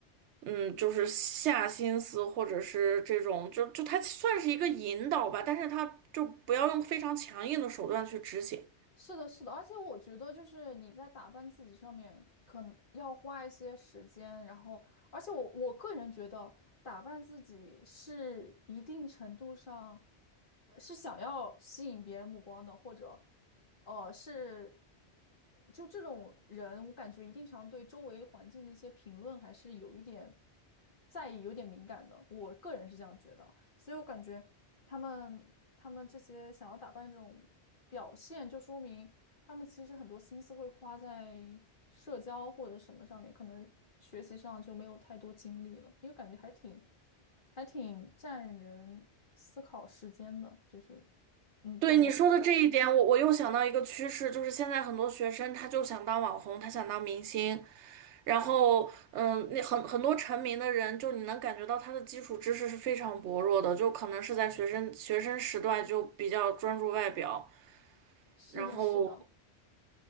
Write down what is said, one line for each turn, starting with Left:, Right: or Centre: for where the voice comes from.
Right: 嗯，就是下心思或者是这种，就就他算是一个引导吧，但是他就不要用非常强硬的手段去执行。
Left: 是的，是的，而且我觉得就是你在打扮自己上面，可能要花一些时间，然后，而且我我个人觉得打扮自己是一定程度上呃是想要吸引别人目光的，或者，呃，是就这种人，我感觉一定常对周围环境的一些评论还是有一点在意，有点敏感的。我个人是这样觉得，所以我感觉他们他们这些想要打扮这种表现，就说明他们其实很多心思会花在社交或者什么上面，可能学习上就没有太多精力了，因为感觉还挺还挺占人思考时间的，就是你懂我，
Right: 对你说的这一点，我我又想到一个趋势，就是现在很多学生他就想当网红，他想当明星，然后嗯，那很很多成名的人，就你能感觉到他的基础知识是非常薄弱的，就可能是在学生学生时段就比较专注外表，
Left: 是的，
Right: 然后。
Left: 是的。